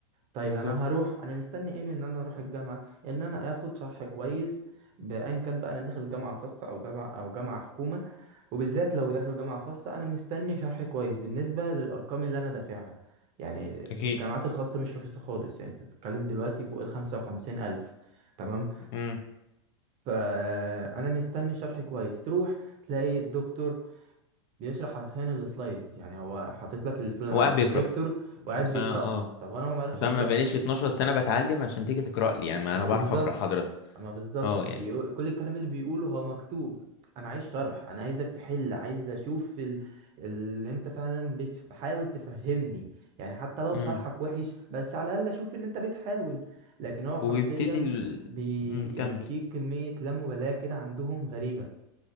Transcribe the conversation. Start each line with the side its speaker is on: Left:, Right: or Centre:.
Right: طيب
Left: بالظبط
Right: انا هروح انا مستني ايه من ان انا اروح الجامعه ان انا اخد شرح كويس بان كان بقى انا داخل جامعه خاصه او جامعه او جامعه حكومه وبالذات لو داخل جامعه خاصه انا مستني شرح كويس بالنسبه للارقام اللي انا دافعها يعني
Left: اكيد
Right: الجامعات الخاصه مش رخيصه خالص يعني انت بتتكلم دلوقتي فوق الخمسة وخمسين الف تمام
Left: امم
Right: فانا مستني شرح كويس تروح تلاقي الدكتور بيشرح حرفيا السلايد يعني هو حاطط لك السلايد
Left: هو
Right: على
Left: قاعد
Right: البروجيكتور
Left: بيقرا بس
Right: وقاعد بيقراها
Left: أنا- اه
Right: طب انا ما بعرفش
Left: بس
Right: اقراها
Left: انا ما بقاليش 12 سنه بتعلم عشان تيجي تقرا لي يعني ما
Right: ما
Left: انا
Right: بالظبط
Left: بعرف اقرا حضرتك
Right: ما بالظبط
Left: اه يعني
Right: يقول- كل الكلام اللي بيقوله هو مكتوب انا عايز شرح انا عايزك تحل عايز اشوف ال... اللي انت فعلا بتحاول تفهمني يعني حتى لو
Left: امم
Right: شرحك وحش بس على الاقل اشوف ان انت بتحاول لكن هو
Left: وبيبتدي
Right: حرفيا
Left: ال...
Right: بي...
Left: مم،
Right: يعني
Left: كمل
Right: في كمية لا مبالاة كده عندهم غريبة